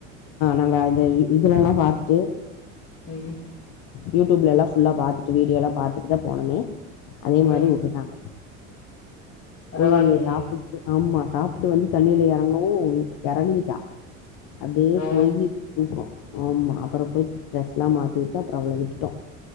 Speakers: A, on the left (about 55°); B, on the left (about 35°).
A: நாங்க அ இதுலல்லா பாத்துட்டு
B: உம் ம்
A: யூடியூலெல்லா ஃபுல்ல பாத்துட்டு வீடியோலா பாத்துட்டுதா போனோமே அதே மாரி
B: ம்
A: வுட்டுட்டாங்க
B: பரவால்லயே
A: போய் சாப்புட்டு ஆமா சாப்புட்டு வந்து தண்ணியில இறங்கவு கெறங்கிட்டா அப்டியே
B: ஆ
A: சோருகிச்சு தூக்குறோ ஆம்மா அப்பறம் போயி் ட்ரெஸ் எல்லா மாத்தி விட்டு அப்பறோ அவள விட்டுட்டோ